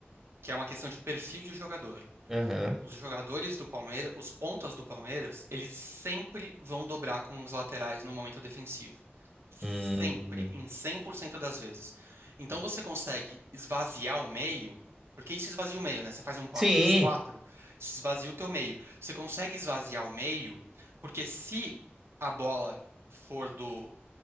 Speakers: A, on the right; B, on the right.
A: que é uma questão de perfil de jogador.
B: Aham.
A: os jogadores do Palmeiras, os pontas do Palmeiras, eles sempre vão dobrar com os laterais no momento defensivo. Sempre,
B: Hum.
A: em 100% das vezes. Então você consegue esvaziar o meio, porque isso esvazia o meio, né? Você faz um quatro
B: Sim,
A: dois quatro, isso esvazia o teu meio. Você consegue esvaziar o meio, porque se a bola for do.